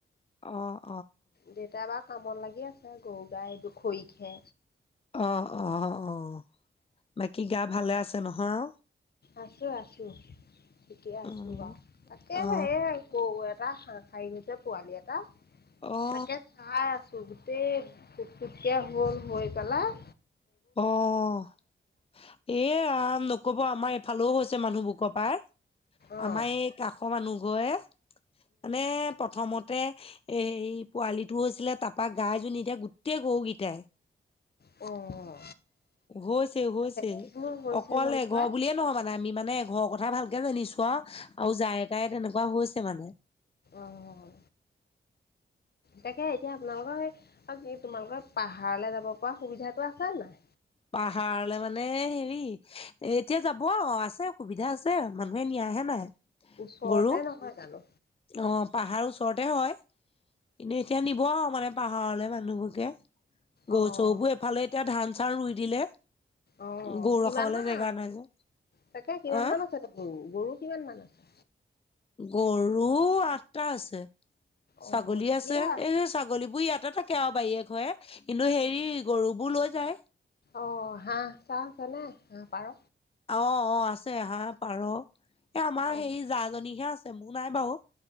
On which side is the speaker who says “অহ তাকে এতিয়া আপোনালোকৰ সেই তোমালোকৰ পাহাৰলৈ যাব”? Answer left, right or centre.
Left